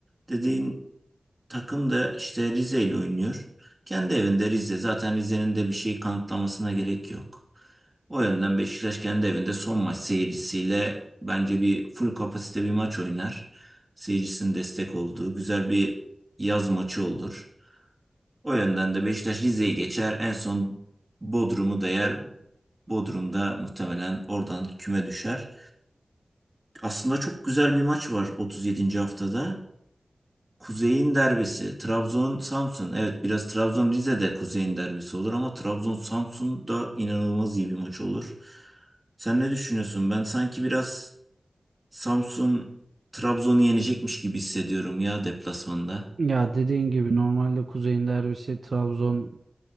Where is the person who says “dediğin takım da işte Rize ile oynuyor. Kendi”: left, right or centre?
Right